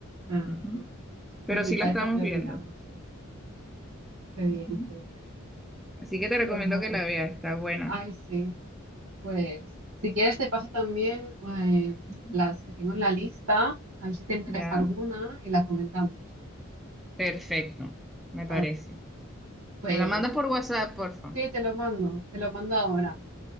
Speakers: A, on the right; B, in the centre.
A: Ah,
B: Ujú. Pero
A: uy, mi
B: sí
A: padre
B: la estamos
A: también
B: viendo.
A: mira mucho. Qué bien,
B: Ujú.
A: qué bien.
B: Así que te recomiendo
A: Pues bueno.
B: que la veas, está buena.
A: Ay, sí. Pues si quieres te paso también eh,
B: Ujú.
A: las que tengo en la lista, a ver si te interesa
B: Ya.
A: alguna y la comentamos.
B: Perfecto, me
A: Vale,
B: parece.
A: pues
B: Me la mandas por WhatsApp, porfa.
A: sí, te lo mando, te lo mando ahora.